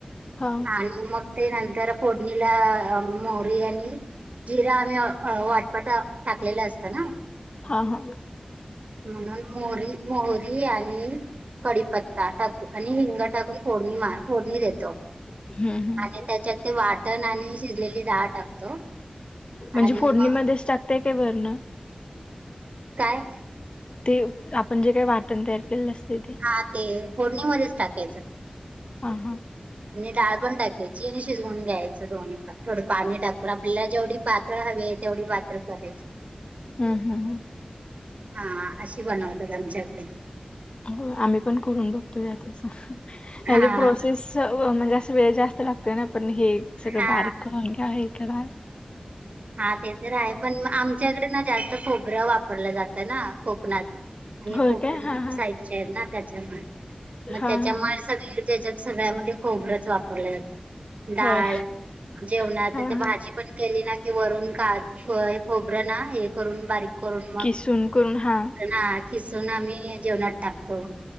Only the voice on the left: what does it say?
हा
हा हा
हम्म हम्म
म्हणजे
फोडणीमध्येच
टाकताय काय वरण
ते आपण जे काही वाटण तयार केलेल असतय ते.
हां हां
हम्म हम्म
होय आम्ही पण करून बघतोय आता ह्याची
प्रोसेस. म्हणजे अस वेळ जास्त लागतोय ना पण हे सगळ
बारीक करून घ्या हे करा.
होय
काय हा हा
हा
हा
होय
हा
हा
किसून करून हा